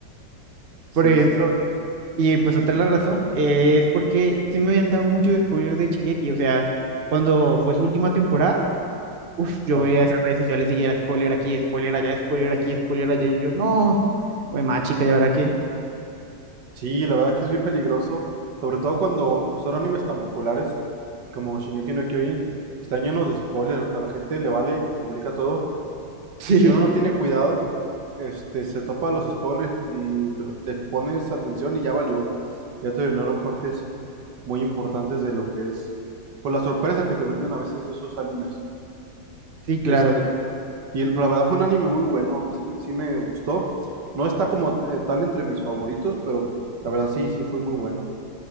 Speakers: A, on the right; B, on the right.
A: Sí,
B: Por ejemplo,
A: sí, sí.
B: y pues otra la razón eh, es porque sí me habían dado mucho spoiler de Shingeki, o sea, cuando fue su última temporada. Uf, yo
A: Ah.
B: veía esas redes sociales y era spoiler aquí, spoiler allá, spoiler aquí, spoiler allá. Y yo, no, güey, más chica, ¿y ahora qué? <laughs>
A: Sí, la verdad es que es bien peligroso, sobre todo cuando son animes tan populares como Shingeki no Kyojin, están llenos de spoilers, o sea, la gente le vale y publica todo,
B: Sí,
A: y si uno no tiene cuidado, este, se topa los spoilers y lo- le pones atención y ya valió, ya te dieron partes muy importantes de lo que es, por la sorpresa que te brindan a veces esos animes,
B: sí, claro.
A: este, y el- la verdad fue un anime muy bueno, a mí sí, me sí me gustó, no está como eh, tal entre mis favoritos, pero la verdad sí, sí fue muy bueno.